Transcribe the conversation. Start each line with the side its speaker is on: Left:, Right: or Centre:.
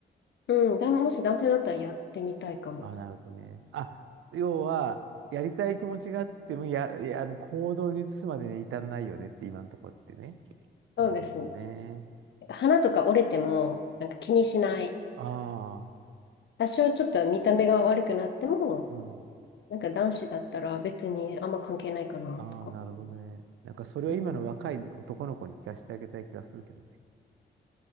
Left: うん、だ、もし男性だったらやってみたいかも。
Right: あ、なるほどね。あ、要は、やりたい気持ちがあっても、や、いや、あの、行動に移すまでに至らないよねって、今のところってね。
Left: そうですね。
Right: なるほどね。
Left: 花とか折れても、なんか気にしない。
Right: ああ、
Left: 多少ちょっと見た目が悪くなっても、
Right: うん。
Left: なんか男子だったら別にあんま関係ないかな、
Right: ああ、
Left: とか。
Right: なるほどね。なんかそれを今の若い男の子に聞かせてあげたい気がするけどね。
Left: うん、<laughs> い
Right: やっ